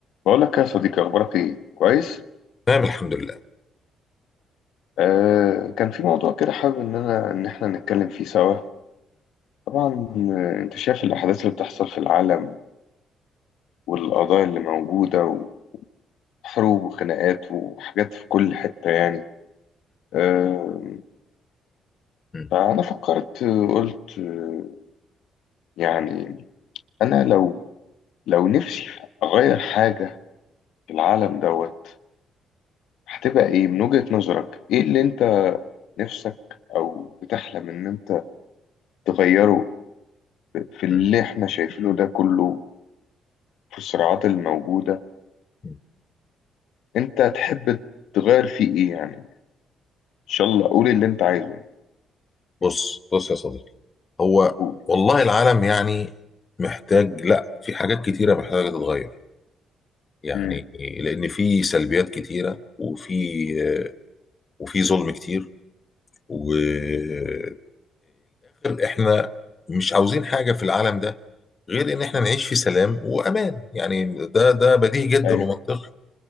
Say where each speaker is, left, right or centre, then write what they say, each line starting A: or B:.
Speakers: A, on the left; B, on the left.
A: بقول لك يا صديقي اخبارك ايه كويس
B: تمام الحمد لله
A: آه كان في موضوع كده حابب ان انا ان احنا نتكلم فيه سوا طبعا آه، انت شايف الاحداث اللي بتحصل في العالم والقضايا اللي موجوده وحروب وخناقات وحاجات في كل حته يعني آه
B: م-
A: فانا فكرت آه، قلت آه، يعني انا لو لو نفسي اغير حاجه في العالم دوت هتبقى ايه من وجهة نظرك ايه اللي انت نفسك او بتحلم ان انت تغيره في اللي
B: م-
A: احنا شايفينه ده كله في الصراعات الموجودة
B: م.
A: انت تحب تغير فيه ايه يعني ان شاء الله قول اللي انت عايزه يعني.
B: بص بص يا صديقي هو
A: قول
B: والله العالم يعني محتاج لا في حاجات كتيرة محتاجة تتغير يعني
A: امم
B: لأن في سلبيات كتيرة وفي وفي ظلم كتير والآخر احنا مش عاوزين حاجة في العالم ده غير إن احنا نعيش في سلام وأمان يعني ده ده بديهي جدا
A: ايوه
B: ومنطقي